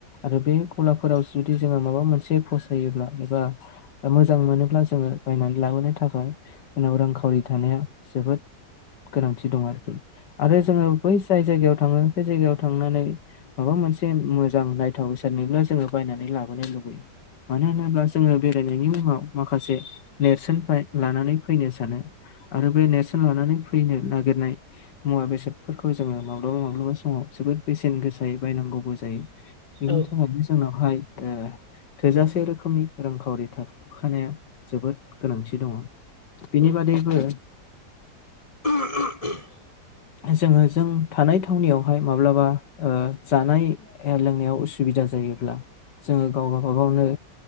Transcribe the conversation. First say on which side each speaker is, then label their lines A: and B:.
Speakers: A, on the left; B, on the left.
A: आरो बे गलाफोराव जुदि जोङो माबा मोनसे फसायोब्ला एबा मोजां मोनो ब्ला जोङो बायनानै लाबोनो थाखाय जोंनाव रांखावरि थानाया जोबोद गोनांथि दं आरो जोङो बै जाय जायगायाव थाङो बे जायगायाव थांनानै माबा मोनसे मोजां नायथाव बेसाद नोयोब्ला जोङो बायनानै लाबो यो मानो होनोब्ला जोङो बेरायनायनि मुङाव गा माखासे नेरसोनफ्राय लानानै फैनो सानो आरो बे नेरसोन लानानै फैनो नागिरनाय मुवा बेसादफोरखौ जोङो माब्लाबा माब्लाबा समाव जोबोद बेसेन गोसायै बायनांगौबो जायो बेनि
B: औ
A: थाखायनो जोंनावहाय ओ थोजासे रोखोमनि रांखावरि थाखा थानाया जोबोद गोनांथि दङ बेनि
B: उम
A: बादैबो
B: <unintelligible>
A: जोङो जों थानाय थावनियावहाय माब्लाबा ओ जानाय लोंनायाव उसु दिगदार जायोब्ला जोङो गावबा गावनि